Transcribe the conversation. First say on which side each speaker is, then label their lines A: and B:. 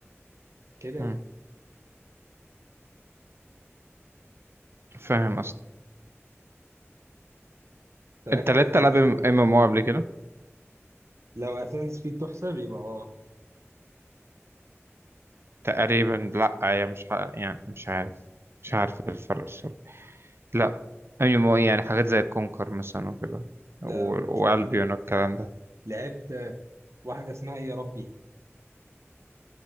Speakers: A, on the right; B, on the right.
A: كده يعني
B: مهم. فاهم اصلا
A: انت
B: انت
A: لعبت
B: لعبت
A: حاجه اساسا
B: العاب ام ام او قبل كده
A: لو اساسنز كريد تحسب يبقى اه
B: تقريبا لا هي مش ع- يعني مش عارف مش عارف الفرق الصراحة لا يعني مو- يعني حاجات زي كونكر مثلا وكده
A: لا
B: و-
A: لا مش
B: والبيون
A: ممكن
B: والكلام ده
A: لعبت آه، واحده اسمها ايه يا ربي